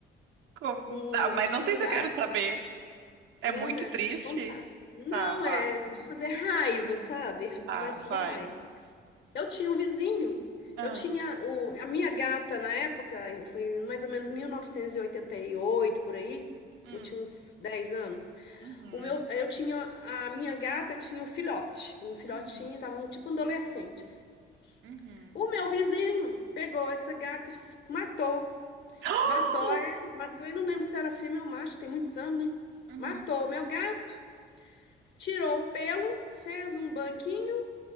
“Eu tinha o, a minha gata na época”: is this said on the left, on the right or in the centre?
Left